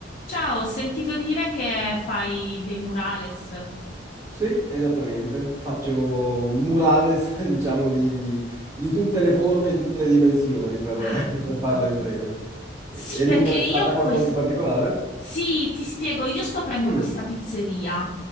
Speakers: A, on the left; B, on the right.
A: Ciao, ho sentito dire che fai dei murales.
B: Sì, esattamente. Faccio un murales, <laughs> diciamo, di, di tutte le forme, di tutte le dimensioni, per,
A: Ah,
B: <laughs> per
A: ecco.
B: farla in breve.
A: Sì,
B: E- Eri
A: perché
B: interessata
A: io ho
B: a qualcosa
A: questa...
B: in particolare?
A: Sì, ti spiego, io sto aprendo
B: Mm,
A: questa pizzeria